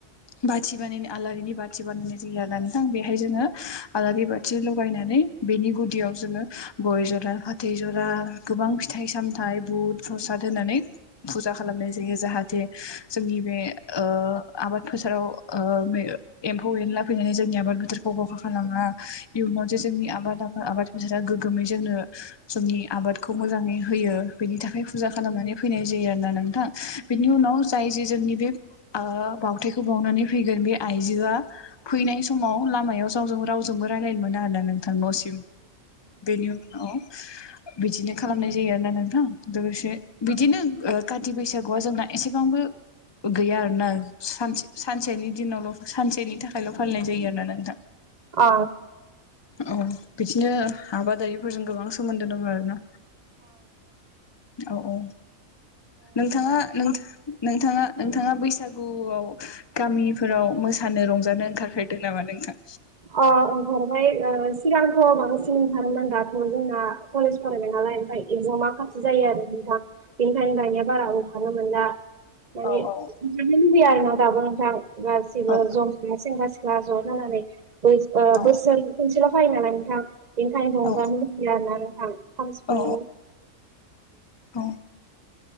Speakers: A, on the left; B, on the right.
A: बाथि बानायनाय आलारिनि बाथि बानायनाय जायोआरोना नोंथां बेहाय जोङो आलारि बाथि बायनानै बेनि गुदियाव जोङो गय जरा फाथै जरा आरो गोबां फिथाइ सामथाइ बुथ प्रसाद होनानै फुजा खालामनाय जायो जाहाथे जोंनि बे ओ आबाद फोथाराव ओ एम्फौ एनला फैनानै जोंनि आबाद बोथारखौ खहा खालामा इयुनाव जे जोंनि आबाद आबाद बेफोथाराद गोग्गोमै जोंनो जोंनि आबादखौ मोजाङै होयो बेनि थाखाय फुजा खालामनानै फैनाय जायो आरोना नोंथां बेनि उनाव जाय जे जोंनि बे बावथायखौ बावनानै फैगोन बे आइजोआ फैनाय समाव लामायाव जावजों रावजोंबो रायलायनो मोना आरोना नोंथां नसिम बेनि उनाव बिदिनो खालामनाय जायो आरोना नोंथां लोगोसे बिदिनो ओ काथि बैसागुआ जोंना एसेबांबो गैया आरोना सानसे सानसेनि दिनावल' सानसेनि थाखायल' फालिनाय जायो आरोना नोंथां
B: <inaudible>
A: औ बिदिनो आबादारिफोरजों गोबां सोमोन्दो दं आरोना औ औ नोंथाङाथ नोंथाङा नोंथाङा बैसागुआव गामिफोराव मोसा फानो रंजानो ओंखारफेरदों नामा नोंखा
B: अ ओंखारबाय सिगांथ' बांसिन ओंखारोमोन दाथ' जोंना कलेज फरायबाय नालाय ओमफ्राय एफौ मा खाथि जायो आरो नोंथां बेनिखायनो दानिया बारा ओंखारनो मोनला। माने
A: औ औ
B: नो लुबैया आरो ना दाबो नोंथां गासिबो
A: औ
B: जमसि गै सेंग्रा सिख्ल जा ज' थानानै बै ओ
A: अ
B: बोसोर खनसेल' फायो नालाय नोंथां। बेनिंखायनो रंजानो
A: औ
B: मिथिला न थां खाम सिफुं
A: औ औ